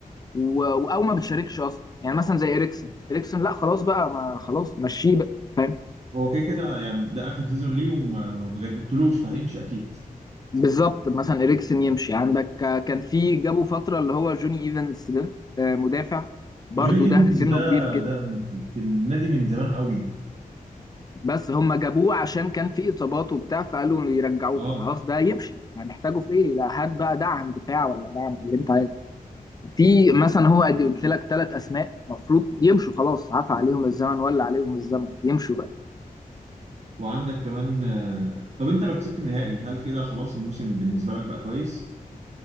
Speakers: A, on the left (about 25°); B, on the right (about 45°).
A: و... و- او ما بتشاركش اصلا يعني مثلا زي اريكسن اريكسن لا خلاص بقى ما خلاص مشيه بقى فاهم
B: <laughs> هو كده كده يعني ده اخر سيزون ليه وما وما جددتلوش فهيمشي اكيد
A: بالظبط مثلا اريكسن يمشي عندك آه، كان في جابوا فتره اللي هو جوني ايفنس ده آه، مدافع برضو
B: جوني
A: ده
B: ايفنز
A: سنه
B: ده
A: كبير
B: ده من- في النادي من زمان قوي
A: بس هم جابوه عشان كان في اصابات وبتاع فقالوا يرجعوه
B: اه
A: فخلاص ده يمشي هنحتاجه في ايه ده هات بقى دعم دفاع ولا دعم اللي انت عايزه في
B: و-
A: مثلا هو ادي قلت لك ثلاث اسماء مفروض يمشوا خلاص عفى عليهم الزمن ولا عليهم الزمن يمشوا بقى
B: وعندك كمان آه، طب انت لو كسبت النهائي هل كده خلاص الموسم بالنسبه لك بقى كويس؟